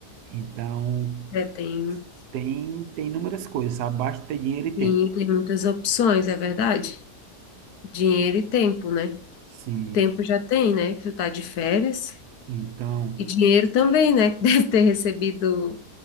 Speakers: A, on the right (about 75°); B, on the left (about 70°).
A: Então,
B: É, tem.
A: tem, tem inúmeras coisas, sabe? Basta ter dinheiro e tempo.
B: Sim, tem muitas opções, é verdade? Dinheiro e tempo, né?
A: Sim.
B: Tempo já tem, né? Que tu tá de férias.
A: Então,
B: E dinheiro também, né? Que <laughs> deve ter recebido